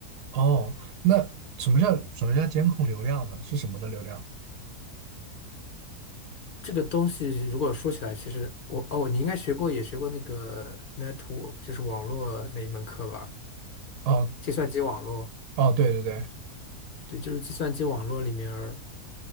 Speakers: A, on the right; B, on the left.
A: 哦，那什么叫什么叫监控流量呢？是什么的流量？
B: 这个东西如果说起来，其实我哦，你应该学过，也学过那个 network，就是网络那一门课吧？
A: 哦
B: 计算机网络，
A: 哦，对对对，
B: 对，就是计算机网络里面儿，